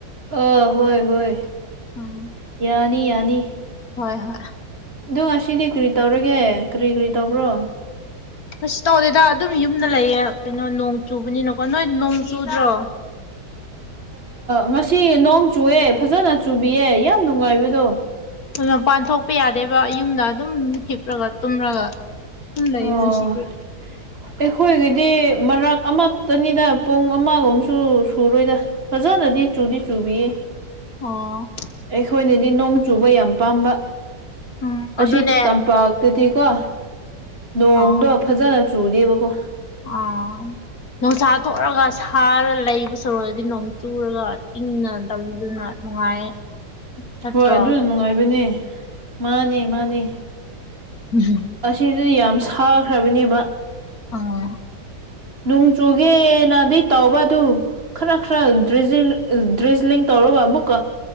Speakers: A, on the right; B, on the left.
A: ꯑ ꯍꯣꯏ ꯍꯣꯏ
B: ꯎꯝ
A: ꯌꯥꯅꯤ ꯌꯥꯅꯤ
B: ꯍꯣꯏ ꯍꯣꯏ
A: ꯑꯗꯨ ꯉꯁꯤꯗꯤ ꯀꯔꯤ ꯇꯧꯔꯒꯦ ꯀꯔꯤ ꯀꯔꯤ ꯇꯧꯕ꯭ꯔꯣ
B: ꯀꯩꯁꯨ ꯇꯧꯗꯦꯗ ꯑꯗꯨꯝ ꯌꯨꯝꯗ ꯂꯩꯌꯦ ꯀꯩꯅꯣ ꯅꯣꯡ ꯆꯨꯕꯅꯤꯅꯀꯣ ꯅꯣꯏ ꯅꯣꯡ ꯆꯨꯗ꯭ꯔꯣ
A: ꯉꯁꯤ ꯅꯣꯡ ꯆꯨꯑꯦ ꯐꯖꯅ ꯆꯨꯕꯤꯌꯦ ꯌꯥꯝ ꯅꯨꯡꯉꯥꯏꯕꯗꯣ
B: ꯍꯣꯏ ꯃꯄꯥꯟ ꯊꯣꯛꯄ ꯌꯥꯗꯦꯕ ꯌꯨꯝꯗ ꯑꯗꯨꯝ ꯍꯤꯞꯂꯒ ꯇꯨꯝꯔꯒ ꯗꯨꯝ ꯂꯩꯌꯦ
A: ꯑꯣ
B: ꯉꯁꯤꯗꯤ
A: <unintelligible> ꯑꯩꯈꯣꯏꯒꯤꯗꯤ ꯃꯔꯛ ꯑꯃꯇꯅꯤꯗ ꯄꯨꯡ ꯑꯃꯒꯨꯝꯁꯨ ꯁꯨꯔꯣꯏꯗ ꯐꯖꯅꯗꯤ ꯆꯨꯗꯤ ꯆꯨꯕꯤꯌꯦ
B: ꯑꯣ
A: ꯑꯩꯈꯣꯏꯅꯗꯤ ꯅꯣꯡ ꯆꯨꯕ ꯌꯥꯝ ꯄꯥꯝꯕ
B: ꯎꯝ
A: ꯑꯁꯤ
B: ꯑꯗꯨꯅꯦ
A: ꯇꯝꯄꯥꯛ ꯑꯗꯨꯗꯤꯀꯣ ꯅꯣꯡꯗꯣ
B: ꯑꯣ
A: ꯐꯖꯅ ꯆꯨꯅꯤꯕꯀꯣ
B: ꯑꯥ ꯅꯨꯡꯁꯥ ꯊꯣꯛꯂꯒ ꯁꯥꯔ ꯂꯩꯕ ꯁꯣꯔꯗꯗꯤ ꯅꯣꯡ ꯆꯨꯔꯒ ꯏꯪꯅ ꯇꯧꯕꯕꯤꯗꯨꯅ ꯅꯨꯡꯉꯥꯏ ꯅꯠꯇ꯭ꯔꯣ
A: ꯍꯣꯏ ꯑꯗꯨ ꯅꯨꯡꯉꯥꯏꯕꯅꯦ ꯃꯥꯅꯦ ꯃꯥꯅꯦ
B: ꯎꯝ
A: ꯑꯁꯤꯗꯗꯤ ꯌꯥꯝ ꯁꯥꯈ꯭ꯔꯕꯅꯦꯕ
B: ꯑꯣ
A: ꯅꯣꯡ ꯆꯨꯒꯦꯅꯗꯤ ꯇꯧꯕ ꯑꯗꯨ ꯈꯔ ꯈꯔ ꯗ꯭ꯔꯦꯖꯤꯡ ꯗ꯭ꯔꯤꯖꯂꯤꯡ ꯇꯧꯔꯒ ꯑꯃꯨꯛꯀ